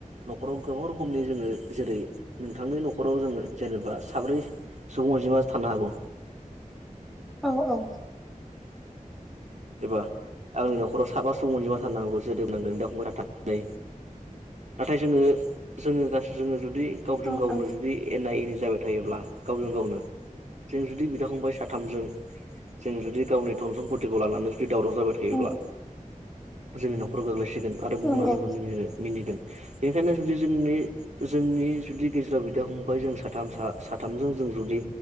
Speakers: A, on the right; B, in the centre.
A: न'खराव गोबां रोखोमनि जोङो जेरै नोंथांनि नखराव जोङो जेनेबा साब्रै सुबुं अनजिमा थानो हागौ
B: औ औ
A: एबा आंनि न'खराव साबा सुबुं अनजिमा थाननो हगौ जोदोनांगोन दांबाय थाथ नै नाथाय जोङो जो ज जुदि जुदि गावजों
B: औ ओं
A: गावनो
B: ओं
A: जुदि एना एनि जाबाय थायोब्ला गावजों गावनो जों जुदि बिदा फंबाय साथामजों जों जुदि गावनि धन समपति खौ लानानै जुदि दावराव जाबाय थायोब्ला
B: नंगौ
A: जोंनि न'खराव गोग्लैसि गोन आरो गुबुना
B: नंगौ
A: जोंखौ मिनिगोन बेनिखायनो जुदि जोंनि जोंनि जुदि गेजेराव बिदा फंबाय जों साथाम सा साथामजों जों जुदि